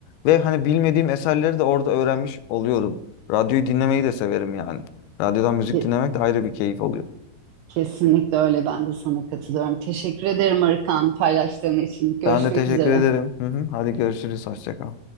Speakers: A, on the left; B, on the right.
A: Ve hani bilmediğim eserleri de orada öğrenmiş oluyorum. Radyoyu dinlemeyi de severim yani. Radyodan müzik
B: Ke-
A: dinlemek de ayrı bir keyif oluyor.
B: kesinlikle öyle. Ben de sana katılıyorum. Teşekkür ederim Arıkan paylaştığın için. Görüşmek
A: Ben de teşekkür
B: üzere.
A: ederim. Hı hı. Hadi görüşürüz. Hoşça kal.